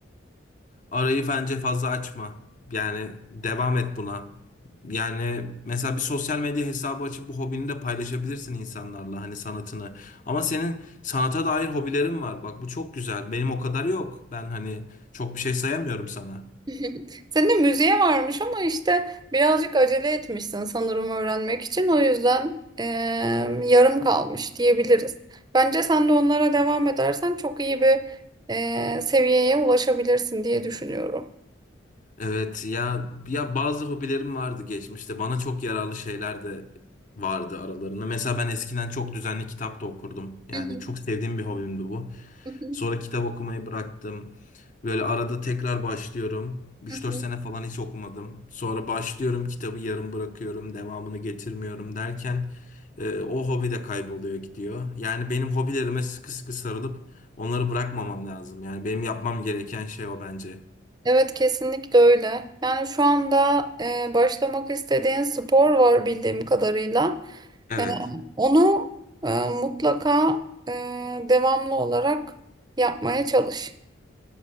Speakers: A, on the left (about 40°); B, on the right (about 20°).
A: Arayı bence fazla açma. Yani devam et buna. Yani mesela bir sosyal medya hesabı açıp bu hobini de paylaşabilirsin insanlarla hani sanatını. Ama senin sanata dair hobilerin var. Bak bu çok güzel. Benim o kadar yok. Ben hani çok bir şey sayamıyorum sana.
B: <laughs> Senin de müziğe varmış ama işte birazcık acele etmişsin sanırım öğrenmek için. O yüzden eee, yarım kalmış diyebiliriz. Bence sen de onlara devam edersen çok iyi bir eee, seviyeye ulaşabilirsin diye düşünüyorum.
A: Evet ya ya bazı hobilerim vardı geçmişte. Bana çok yararlı şeyler de vardı aralarında. Mesela ben eskiden çok düzenli kitap da okurdum. Yani
B: Hı hı,
A: çok sevdiğim bir hobimdi bu.
B: hı hı,
A: Sonra kitap okumayı bıraktım. Böyle arada tekrar başlıyorum. üç
B: hı hı.
A: dört sene falan hiç okumadım. Sonra başlıyorum kitabı yarım bırakıyorum. Devamını getirmiyorum derken e, o hobi de kayboluyor gidiyor. Yani benim hobilerime sıkı sıkı sarılıp onları bırakmamam lazım. Yani benim yapmam gereken şey o bence.
B: Evet kesinlikle öyle. Yani şu anda eee, başlamak istediğin spor var bildiğim kadarıyla.
A: Evet.
B: Eee, onu eee, mutlaka eee, devamlı olarak yapmaya çalış.